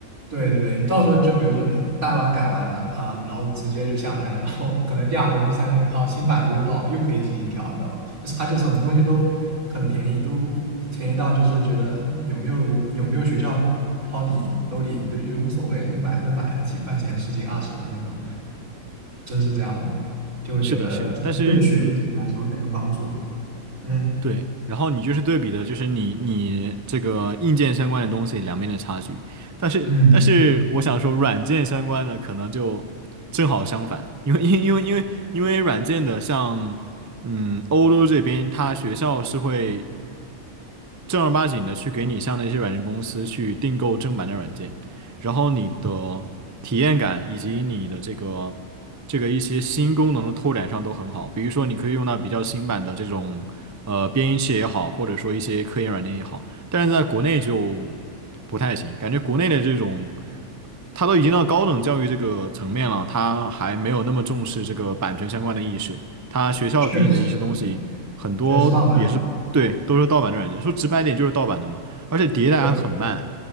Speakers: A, on the right (about 85°); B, on the right (about 20°).
A: 对对对，你到时候就比如说你单完改完了啊、然后直接就下单，然后可能第二天、第三天啊、新板子又到了，又可以进行调，你知道吧？就是而且什么东西都很便宜，都便宜到就是觉得有没有有没有学校掏底兜底，你都就无所谓，买了买了几块钱、十几二十的那种，真是这样的就会觉得对学习来说很有帮助的。
B: 是的，是的，但是嗯，
A: 嗯
B: 对，然后你就是对比的，就是你你这个硬件相关的东西两边的差距，但是但是我想说，
A: 嗯，
B: 软件相关的可能就正好相反，因为因为因为因为因为软件的像嗯欧洲这边，它学校是会正儿八经的去给你像那些软件公司去订购正版的软件，然后你的体验感以及你的这个这个一些新功能的拓展上都很好。比如说，你可以用到比较新版的这种呃编译器也好，或者说一些科研软件也好，但是在国内就不太行，感觉国内的这种。他都已经到高等教育这个层面了，他还没有那么重视这个版权相关的意识。他学校给你的一些东西，
A: 确实，
B: 很多也是对，
A: 全是盗版，
B: 都是盗版的软件。说直白点就是盗版的嘛，而且迭代还很慢。
A: 对